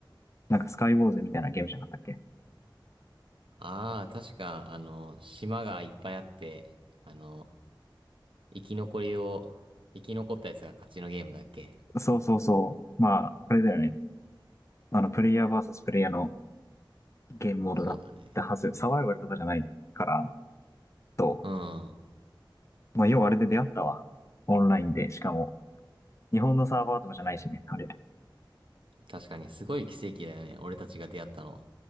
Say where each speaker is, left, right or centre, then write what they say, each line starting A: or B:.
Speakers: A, on the left (about 35°); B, on the right (about 80°).
A: なんかスカイウォーズみたいなゲームじゃなかったっけ
B: ああー、確か、あの、島がいっぱいあって、あの、生き残りを、生き残ったやつが勝ちのゲームだっけ
A: そうそうそう。まあ、あれだよね。あの、プレイヤー VS プレイヤーのゲームモードだったはず。
B: そうだね。
A: サバイバルとかじゃないから、と。
B: うん。
A: まあ、要はあれで出会ったわ。オンラインで。しかも、日本のサーバーとかじゃないしね、あれ。
B: 確かに、すごい奇跡だよね。俺たちが出会ったの。